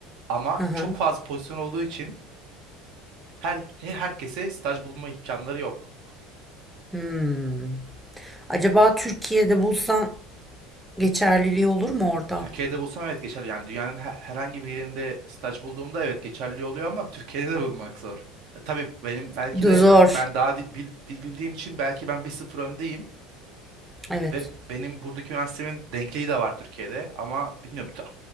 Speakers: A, on the right (about 65°); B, in the centre.
A: ama
B: Hı hı.
A: çok fazla pozisyon olduğu için her he- herkese staj bulma imkanları yok.
B: Hmm. Acaba Türkiye'de bulsan geçerliliği olur mu orada?
A: Türkiye'de bulsam evet geçerli yani dünyanın her- herhangi bir yerinde staj bulduğumda evet geçerli oluyor ama Türkiye'de de bulmak zor. E, tabii benim belki
B: Zor.
A: de ben daha di- bil- dil bildiğim için belki ben bir sıfır öndeyim.
B: Evet.
A: Ve benim buradaki üniversitemin denkliği de var Türkiye'de ama bilmiyorum. t-